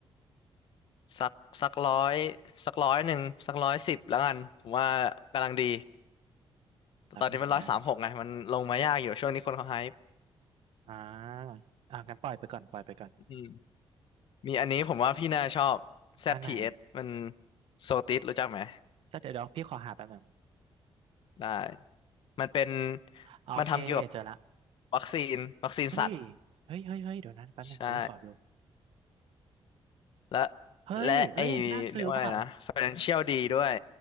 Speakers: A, on the left; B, on the right.
A: สักสักร้อยสักร้อยหนึ่งสักร้อยสิบแล้วกันผมว่ากำลังดีแต่ตอนนี้มันร้อยสามหกไงมันลงมายากอยู่ช่วงนี้คนเขาไฮป์
B: แป๊บหนึ่งนะอ่าอ่ากั้นปล่อยไปก่อนปล่อยไปก่อน
A: อืมมีอันนี้ผมว่าพี่น่าชอบ ZTS
B: อันไหน
A: มันโซติสรู้จักไหม
B: สักเดี๋ยวเดี๋ยวพี่ขอหาแป๊บหนึ่ง
A: ได้มันเป็น
B: โอเคเจอละ
A: มันทำเกี่ยวกับวัคซีนวัคซีนสัตว์
B: เฮ้ยเฮ้ยเฮ้ยเฮ้ยเดี๋ยวนะแป๊บหนึ่งผมขอดู
A: ใช่และ
B: เฮ้ยเอ้ยน่าซื้อป่ะ
A: และไอเรียกว่าอะไรนะ Financial ดีด้วย